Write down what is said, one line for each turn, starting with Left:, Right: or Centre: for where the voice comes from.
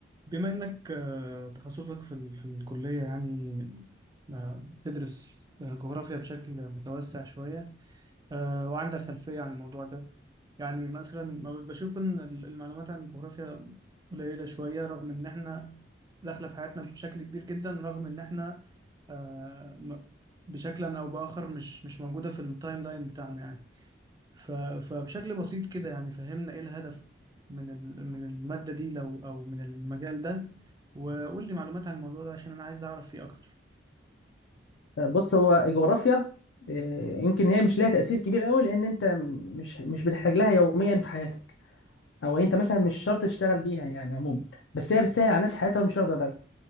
Right: بما إنك آه، تخصصك في ال- في الكلية يعني آه، بتدرس آه، جغرافيا بشكل متوسع شوية آه، وعندك خلفية عن الموضوع ده يعني مثلا ما ب- بشوف إن ال- المعلومات عن الجغرافيا قليلة شوية رغم إن إحنا داخلة في حياتنا بشكل كبير جدا رغم إن إحنا آه، م- بشكل أو بآخر مش مش موجودة في التايم لاين بتاعنا يعني ف- فبشكل بسيط كده يعني فهمنا ايه الهدف من ال- من المادة دي لو او من المجال ده وقول لي معلومات عن الموضوع ده عشان انا عايز اعرف فيه اكتر
Left: بص هو الجغرافيا آه، يمكن هي مش لها تأثير كبير قوي لأن أنت مش مش بتحتاج لها يوميا في حياتك أو أنت مثلا مش شرط تشتغل بيها يعني عموما بس هي بتسهل على الناس حياتها مش واخدة بالها